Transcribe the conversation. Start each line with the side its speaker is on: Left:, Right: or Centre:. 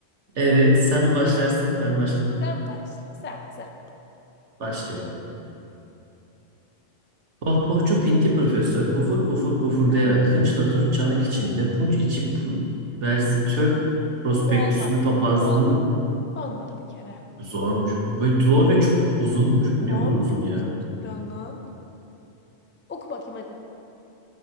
Right: Evet, sen mi başlarsın, ben başlayayım.
Left: Sen başla, sen sen.
Right: Başlıyorum. Pohpohçu pinti profesör pofur pofur pofurdayarak hınçla tunç çanak içinde punç içi pu- verzitör
Left: Oo,
Right: prospektüsünü
Left: Olmadı.
Right: papazlığını
Left: Olmadı. Olmadı bir kere.
Right: zormuş. Ve zor ve çok uzunmuş. Bu niye
Left: Abi
Right: bu kadar uzun
Left: çok
Right: ya?
Left: hızlı cidden lan. Oku bakayım hadi.